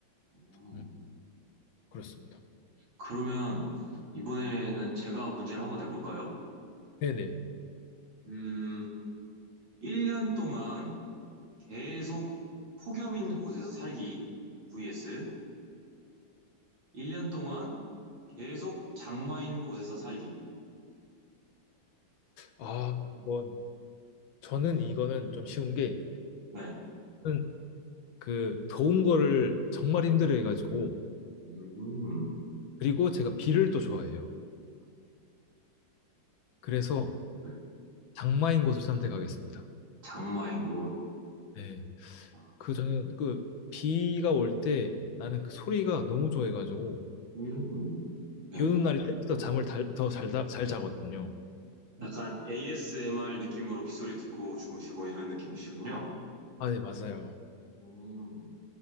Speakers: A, on the right (about 75°); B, on the left (about 85°).
A: 음,
B: 음, 그렇습니다.
A: 그러면 이번에는 제가 문제를 한번 내볼까요?
B: 네네.
A: 음, 1년 동안 계속 폭염인 곳에서 살기 vs 1년 동안 계속 장마인 곳에서 살기.
B: 아, 이건 저는 이거는 좀 쉬운 게
A: 네.
B: 저는 그 더운 거를 정말 힘들어 해가지고
A: 음,
B: 그리고 제가 비를 또 좋아해요. 그래서
A: 네.
B: 장마인 곳을 선택하겠습니다.
A: 장마인 곳.
B: 네.
A: 아,
B: 그 저는 그 비가 올 때 나는 그 소리가 너무 좋아해가지고
A: 음, 네.
B: 비 오는 날이 네. 특히 더 잠을 더잘 잘 자거든요.
A: 약간 ASMR 느낌으로 빗소리 듣고 주무시고 이런 느낌이시군요.
B: 아, 네, 맞아요.
A: 음.